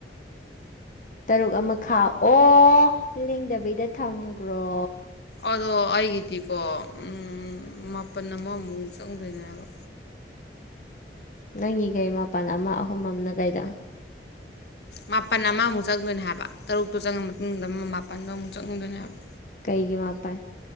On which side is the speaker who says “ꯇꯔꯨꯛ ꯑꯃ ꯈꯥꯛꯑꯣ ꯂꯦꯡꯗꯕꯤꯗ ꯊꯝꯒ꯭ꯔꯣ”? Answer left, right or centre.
Left